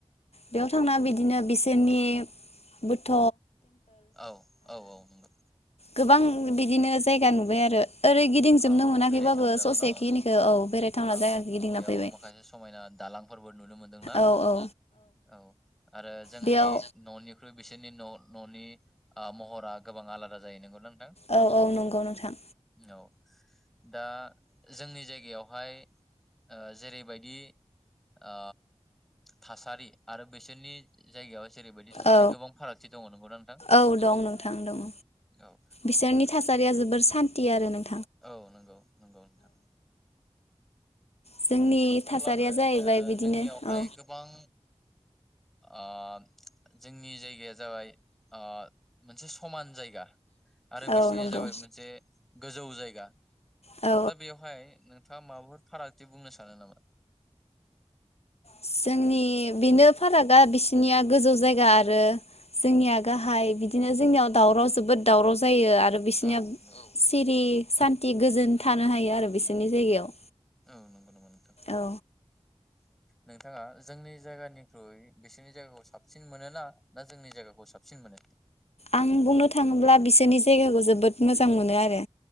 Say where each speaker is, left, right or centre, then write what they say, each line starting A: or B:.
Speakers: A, on the left; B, in the centre.
A: बेयाव थांना बिदिनो बिसोरनि बोथ'
B: औ औ औ नंगौ।
A: गोबां बिदिनो जायगा नुबाय आरो ओरै गिदिंजोबनो
B: औ औ
A: मोनाखैबाबो
B: बेरायथावना जायगा
A: ससे
B: न औ
A: खिनिखौ औ बेरायथावना
B: औ
A: जायगाखौ गिदिंना
B: बेयाव
A: फैबाय
B: माखासे समायना दालांफोरबो नुनो मोनदोंना
A: औ औ
B: औ आरो जोंनि
A: बेयाव
B: न'निख्रुइ बिसोरनि न' न'नि ओ महरा गोबां आलादा जायो नंगौ ना नों नोंथां
A: औ औ नंगौ नोंथां
B: औ। दा जोंनि जायगायावहाय ओ जेरैबायदि ओ थासारि आरो बिसोरनि जायगायाव जेरैबायदि थासारि
A: औ
B: गोबां फारागथि दङ नंगौना नोंथां
A: औ दं नोंथां दं
B: औ
A: बिसोरनि थासारिया जोबोर सान टि आरो नों
B: औ नोंगौ नोंगौ नोंथां।
A: जोंनि
B: थेवब्लाबो
A: थासारिया जाहैबाय
B: ओ‌
A: बिदिनो
B: जोंनियावहाय
A: औ
B: गोबां ओ जोंनि जायगाया जाबाय ओ मोनसे समान जायगा। आरो बिसोरनिया
A: औ नंगौ
B: जाबाय मोनसे गोजौ जाय गा
A: औ
B: दा बेयावहाय नोंथाङा माबाफोर फारागथि बुंनो सानो नामा?
A: जोंनि बेनो फारागा बिसिनिया गोजौ जायगा आरो जोंनिया गाहाय बिदिनो जोंनियाव दावराव जोबोद दावराव जायो आरो बिसोरनिया
B: औ नंगौ
A: सिरि सान्थि गोजोन थानो हायो आरो बिसोरनि जायगायाव।
B: औ नोंगौ नामा नोंथां?
A: औ
B: बिथाङा जोंनि जायगानिख्रुइ बिसोरनि जायगाखौ साबसिन मोनो ना जोंनि जायगाखौ साबसिन मोनो?
A: आं बुंनो थाङोब्ला बिसोरनि जायगाखौ जोबोद मोजां मोनो आरो